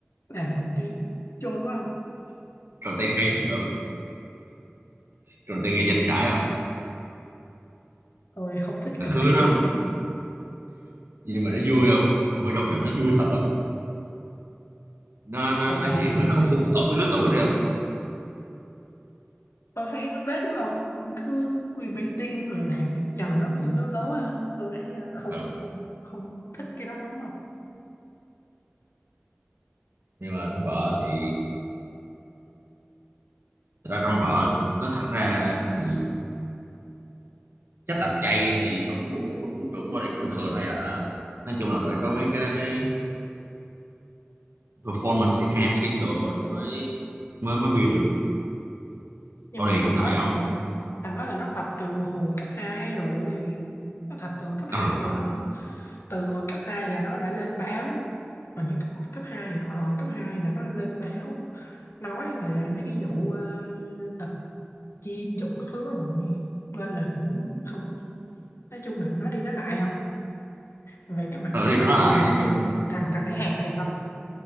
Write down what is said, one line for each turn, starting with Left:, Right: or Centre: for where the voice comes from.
Left: Làm content chôn quá không?
Right: rồi tên hay thật không rồi tên gây
Left: Content
Right: danh trải không
Left: tôi không thích
Right: thằng
Left: content
Right: khứa đó
Left: đó lắm không?
Right: nhưng mà nó vui không không phải trong nhỏ nó vui thật không nó nó,
Left: Cuộc
Right: nó
Left: đời
Right: chỉ hơi không phù hợp với lứa tuổi thôi không
Left: tôi thấy nó bết quá không cứ clickbaiting rồi làm mấy trò nó bị lố lố không tôi thấy ờ, không
Right: ừ
Left: không không thích cái đó lắm không
Right: nhưng mà trong vợ thì thật ra trong vợ nó thẳng ra thì chắc tập chay thì chuẩn chuẩn chuẩn chuẩn body cũng bình thường thôi à nói chung là phải có mấy cái performance enhancing đồ thì mới mới mới build được
Left: nhưng
Right: body
Left: mà thằng
Right: hiện tại
Left: đó là
Right: không
Left: thằng đó là nó tập từ hồi cấp 2 rồi nó tập từ hồi cấp 2
Right: ừ
Left: rồi
Right: không
Left: đó từ hồi cấp 2 là nó đã lên báo còn như cấp cấp 2 à? ờ, cấp 2 là nó đã lên báo nói về mấy cái vụ ờ, tập gym Dũng các thứ rồi nên là cũng không nói chung là nó đi nói lại không về cái mặt
Right: ở
Left: mà
Right: đây
Left: tập
Right: chúng nó lại
Left: thì
Right: nói chung
Left: thằng thằng đấy hạt thiệt không